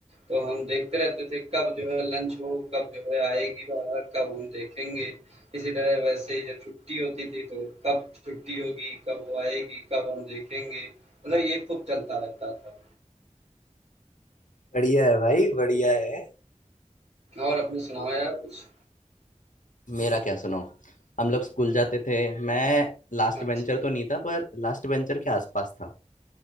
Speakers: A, on the right; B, on the left.
A: तो हम देखते रहते थे कब जो है लंच हो कब जो है आएगी बाहर कब हम देखेंगे इसी तरह वैसे ही जब छुट्टी होती थी तो कब छुट्टी होगी कब वो आएगी कब हम देखेंगे मतलब ये खूब चलता रहता था
B: बढ़िया है भाई बढ़िया है
A: और अपने सुनाओ यार कुछ
B: मेरा क्या सुनाऊं हम लोग स्कूल जाते थे मैं लास्ट
A: अच्छा
B: बेंचर तो नहीं था पर लास्ट बेंचर के आसपास था